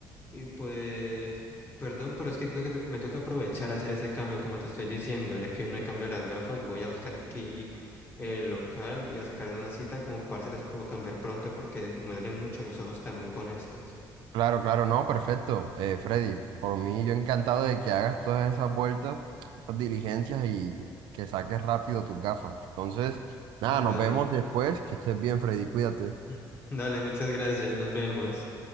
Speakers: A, on the left; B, on the right.
A: y pues, perdón, pero es que creo que to- me toca aprovechar a hacer ese cambio, como te estoy diciendo, ya que no he cambiado las gafas, voy a buscar aquí el local y a sacar una cita como para ver si las puedo cambiar pronto porque me duelen mucho los ojos también con estas.
B: Claro, claro, no, perfecto. Eh, Freddy, por mí yo encantado de que hagas todas esas vueltas, esas diligencias y que saques rápido tus gafas. Entonces, nada, nos
A: Dale,
B: vemos después. Que estés bien, Freddy, cuídate.
A: <laughs> dale, muchas gracias, nos vemos.